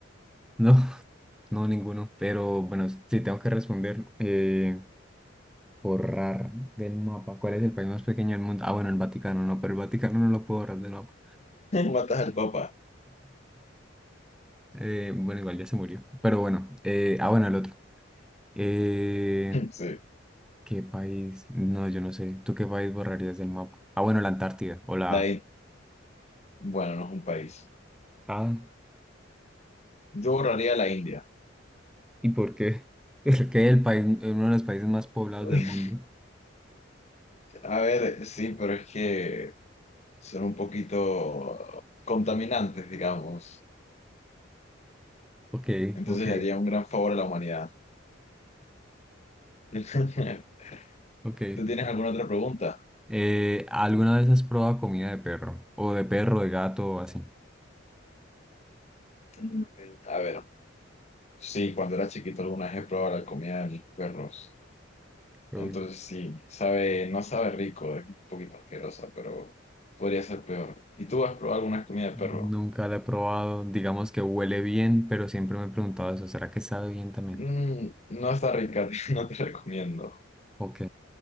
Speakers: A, in the centre; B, on the left.
A: No, <laughs> no, ninguno. Pero bueno, sí, tengo que responder. eh, borrar del mapa. ¿Cuál es el país más pequeño del mundo? Ah, bueno, el Vaticano, no, pero el Vaticano no lo puedo borrar del mapa.
B: Matas al Papa.
A: Eh, bueno, igual ya se murió. Pero bueno, eh, ah, bueno, el otro. Eh,
B: Sí.
A: ¿qué país? No, yo no sé. ¿Tú qué país borrarías del mapa? Ah, bueno, la Antártida o la...
B: La In- Bueno, no es un país.
A: Ah.
B: Yo borraría la India.
A: ¿Y por qué? <laughs> Porque el país, uno de los países más poblados del
B: <laughs>
A: mundo.
B: A ver, sí, pero es que son un poquito contaminantes, digamos.
A: Ok,
B: Entonces
A: ok,
B: le haría un gran favor a la humanidad. <laughs>
A: ok.
B: ¿Tú tienes alguna otra pregunta?
A: Eh, ¿alguna vez has probado comida de perro? O de perro, de gato, o así.
B: Mm. A ver, sí, cuando era chiquito alguna vez he probado la comida de mis perros.
A: Uy,
B: Entonces sí, sabe, no sabe rico, es un poquito asquerosa, pero podría ser peor. ¿Y tú has probado alguna comida de
A: nunca
B: perro?
A: la he probado. Digamos que huele bien, pero siempre me he preguntado eso. ¿Será que sabe bien también?
B: Mm, no está rica, <laughs> no te recomiendo.
A: Ok,